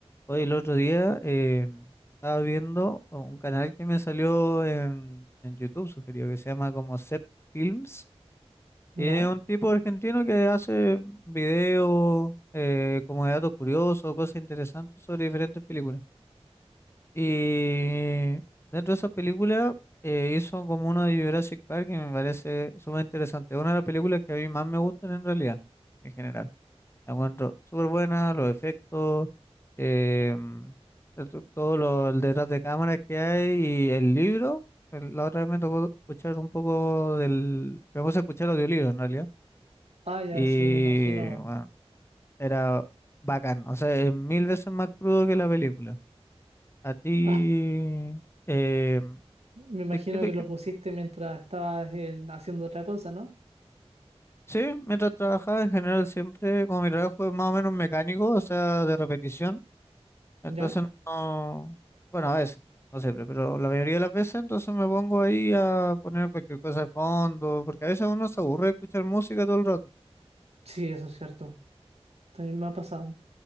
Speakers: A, on the left; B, on the right.
A: Hoy el otro día eh, estaba viendo un canal que me salió en, en YouTube, sugerido, que se llama como Set Films. Y
B: Ya.
A: es un tipo argentino que hace videos eh, como de datos curiosos, cosas interesantes sobre diferentes películas. Y dentro de esa película eh, hizo como uno de Jurassic Park que me parece sumamente interesante. Es una de las películas que a mí más me gustan en realidad, en general. La encuentro súper buena, los efectos, em, esto- todo lo, el detrás de cámaras que hay y el libro. el- la otra vez me tocó escuchar un poco del... Me puse a escuchar audiolibro en realidad.
B: Ah, ya,
A: Y
B: sí, me imagino.
A: bueno,
B: <laughs>
A: era bacán. O sea, es mil veces más crudo que la película. A ti...
B: Ah,
A: em,
B: me imagino
A: ¿te- qué
B: que lo
A: qué-
B: pusiste mientras estabas en- haciendo otra cosa, ¿no?
A: sí, mientras trabajaba en general siempre, como mi trabajo es más o menos mecánico, o sea, de repetición. Entonces
B: Ya.
A: no, bueno, a veces, no siempre, pero la mayoría de las veces entonces me pongo ahí a poner cualquier cosa de fondo, porque a veces uno se aburre de escuchar música todo el rato.
B: Sí, eso es cierto. También me ha pasado.